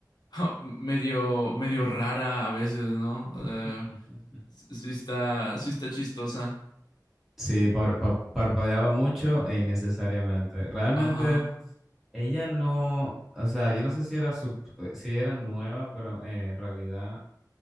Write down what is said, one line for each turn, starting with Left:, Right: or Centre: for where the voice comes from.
Left: <laughs> medio, medio rara a veces, ¿no?
Centre: <laughs>
Left: Eh, s- sí está, sí está chistosa.
Centre: Sí, par- pa- parpadeaba mucho e innecesariamente. Realmente.
Left: Ajá.
Centre: Ella no, o sea, yo no sé si era sub, si era nueva, pero eh, en realidad